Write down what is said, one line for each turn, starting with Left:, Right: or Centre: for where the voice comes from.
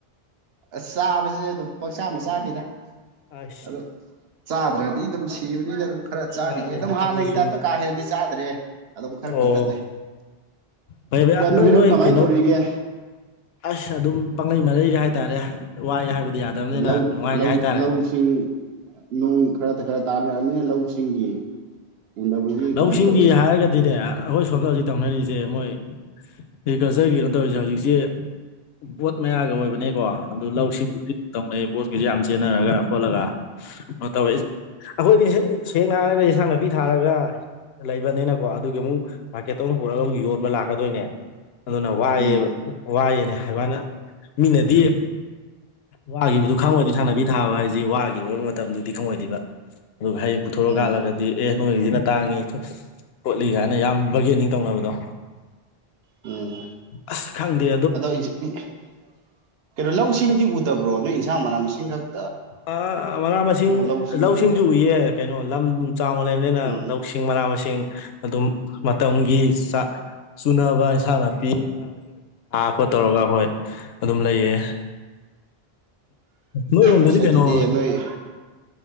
Right: ꯑꯁ ꯆꯥꯕꯁꯦ ꯑꯗꯨꯝ ꯄꯪꯆꯥ ꯃꯆꯥꯗꯦꯗ
Left: ꯑꯁ
Right: ꯑꯗꯨꯝ ꯆꯥꯗ꯭ꯔꯗꯤ ꯑꯗꯨꯝ ꯁꯤꯕꯅꯤꯅ ꯑꯗꯨꯝ ꯈꯔ ꯆꯥꯔꯤꯌꯦ
Left: ꯃꯥꯅꯦ
Right: ꯑꯗꯨꯝ ꯍꯥꯟꯅꯒꯤ
Left: ꯑꯗꯨꯁꯨ ꯆꯨꯝ
Right: ꯇꯥꯢꯞꯇ ꯀꯥ ꯍꯦꯅꯗꯤ ꯆꯥꯗ꯭ꯔꯦ ꯑꯗꯨꯝ ꯈꯔ
Left: ꯑꯣ
Right: ꯀꯛꯊꯠꯂꯦ
Left: ꯐꯩ ꯐꯩ
Right: ꯀꯟ ꯅꯣꯏꯔꯣꯝ
Left: ꯑꯗꯨ ꯅꯣꯏ
Right: ꯀꯃꯥꯏꯅ
Left: ꯀꯩꯅꯣ
Right: ꯇꯧꯔꯤꯒꯦ
Left: ꯑꯁ ꯑꯗꯨꯝ ꯄꯥꯡꯂꯩ ꯃꯔꯩꯒ ꯍꯥꯏꯇꯥꯔꯦ ꯋꯥꯏ ꯍꯥꯏꯕꯗꯤ ꯌꯥꯗꯕꯅꯤꯅ
Right: ꯂꯧ
Left: ꯅꯨꯡꯉꯥꯏꯔꯦ
Right: ꯂꯧ
Left: ꯍꯥꯏꯇꯥꯔꯦ
Right: ꯂꯧꯁꯤꯡ ꯅꯣꯡ ꯈꯔ ꯈꯔ ꯇꯥꯅꯔꯛꯅꯤꯅ ꯂꯧꯁꯤꯡꯒꯤ ꯎꯅꯕꯒꯤ ꯀꯃꯥꯏꯅ
Left: ꯂꯧꯁꯤꯡꯒꯤ
Right: ꯇꯧꯔꯤꯒꯦ
Left: ꯍꯥꯏꯔꯒꯗꯤꯅꯦ ꯑꯩꯈꯣꯏ ꯁꯣꯝꯗ ꯍꯧꯖꯤꯛ ꯇꯧꯅꯔꯤꯁꯦ ꯃꯣꯏ ꯑꯦꯒ꯭ꯔꯤꯀꯜꯆꯔꯒꯤ ꯀꯩꯅꯣ ꯇꯧꯔꯤꯁꯦ ꯍꯧꯖꯤꯛꯁꯦ ꯕꯣꯠ ꯃꯌꯥꯒ ꯑꯣꯏꯕꯅꯦꯀꯣ ꯑꯗꯨ ꯂꯧꯁꯤꯡꯕꯨꯗꯤ ꯇꯧꯅꯩ ꯕꯣꯠꯀꯤꯁꯨ ꯌꯥꯝ ꯆꯦꯟꯅꯔꯒ ꯈꯣꯠꯂꯒ ꯀꯩꯅꯣ ꯇꯧꯋꯦ ꯑꯩꯈꯣꯏꯗꯤꯁꯦ ꯁꯦꯡꯅꯥ ꯍꯥꯢꯔꯒ ꯏꯟꯁꯥꯡ ꯅꯥꯄꯤ ꯊꯥꯔꯒ ꯂꯩꯕꯅꯤꯅꯀꯣ ꯑꯗꯨꯒꯤ ꯑꯃꯨꯛ ꯃꯥꯔꯀꯦꯠꯇ ꯑꯃꯨꯛ ꯄꯨꯔꯛꯒ ꯑꯃꯨꯛ ꯌꯣꯟꯕ ꯂꯥꯛꯀꯗꯣꯏꯅꯦ ꯑꯗꯨꯅ ꯋꯥꯏꯑ
Right: ꯎꯝ
Left: ꯋꯥꯏꯑꯦꯅꯦ ꯑꯗꯨꯃꯥꯢꯅ ꯃꯤꯅꯗꯤ ꯋꯥꯒꯤꯈꯤꯕꯗꯨ ꯈꯪꯉꯣꯏꯗ ꯏꯁꯥꯟꯅꯕꯤ ꯊꯥꯕ ꯍꯥꯏꯁꯤ ꯋꯥꯈꯤꯕ ꯃꯇꯝꯗꯨꯗꯤ ꯈꯪꯉꯣꯏꯗꯣꯏꯕ ꯑꯗꯨꯒ ꯍꯌꯦꯡ ꯄꯨꯊꯣꯔꯛ
Right: ꯎꯝ
Left: ꯀꯥꯜꯂꯒꯗꯤ ꯑꯦ ꯅꯣꯏꯒꯤꯁꯤꯅ ꯇꯥꯡꯉꯤ ꯈꯣꯠꯂꯤ ꯀꯥꯏꯅ ꯌꯥꯝ ꯕꯔꯒꯦꯅꯤꯡ ꯇꯧꯅꯕꯗꯣ
Right: ꯎꯝ
Left: ꯑꯁ ꯈꯪꯗꯦ
Right: ꯑꯗꯣ <unintelligible> ꯀꯩꯅꯣ ꯂꯧꯁꯤꯡꯗꯤ ꯎꯗꯕ꯭ꯔꯣ ꯅꯣꯏ ꯏꯟꯁꯥꯡ ꯃꯅꯥ ꯃꯁꯤꯡꯈꯛ
Left: ꯑꯥ ꯃꯅꯥ ꯃꯁꯤꯡ
Right: ꯂꯧꯁꯤꯡꯗꯤ
Left: ꯂꯧꯁꯤꯡꯁꯨ
Right: ꯎꯗ
Left: ꯎꯌꯦ ꯀꯩꯅꯣ ꯂꯝ ꯆꯥꯎꯅ ꯂꯩꯕꯅꯤꯅ
Right: ꯎꯝ
Left: ꯂꯧꯁꯤꯡ ꯃꯅꯥ ꯃꯁꯤꯡ ꯑꯗꯨꯝ ꯃꯇꯝꯒꯤ ꯆꯥꯛ ꯆꯨꯅꯕ ꯏꯟꯁꯥꯡ ꯅꯥꯄꯤꯅ ꯃꯅꯥ ꯃꯁꯤꯡ ꯑꯗꯨꯝ ꯊꯥ ꯈꯣꯠ ꯇꯧꯔꯒ ꯍꯣꯏ ꯑꯗꯨꯝ ꯂꯩꯌꯦ ꯅꯣꯏꯔꯣꯝꯗꯗꯤ
Right: ꯑꯁ
Left: ꯀꯩꯅꯣ
Right: ꯑꯗꯨꯗꯤ ꯅꯣꯏ